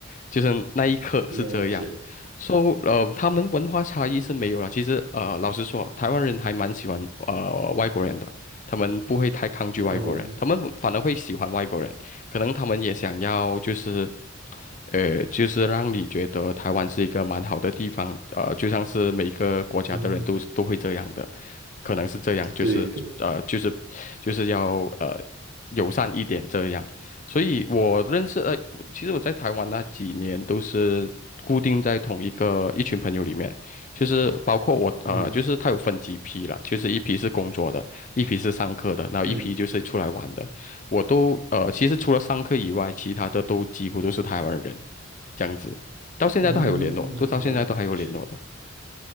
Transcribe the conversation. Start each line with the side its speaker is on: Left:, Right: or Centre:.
Left: 就是那一刻是这样。
Right: 了解，
Left: so, 呃，他们文化差异是没有了。其实呃，老实说，台湾人还蛮喜欢呃外国人的，他们不会太抗拒外国人，
Right: 哦，
Left: 他们反而会喜欢外国人。可能他们也想要就是。呃，就是让你觉得台湾是一个蛮好的地方，呃，就像是每个国家的人都都会这样的，
Right: 嗯，
Left: 可能是这样，就是呃，
Right: 对对，
Left: 就是就是要呃友善一点这样。所以我认识呃，其实我在台湾那几年都是固定在同一个一群朋友里面，就是包括我呃，
Right: 嗯
Left: 就是他有分几批啦，就是一批是工作的，一批是上课的，然后一批就是出来玩的。
Right: 嗯
Left: 我都呃，其实除了上课以外，其他的都几乎都是台湾人，这样子，到现在都还有联络，
Right: 嗯，
Left: 都到现在都还有联络的。
Right: 好了解，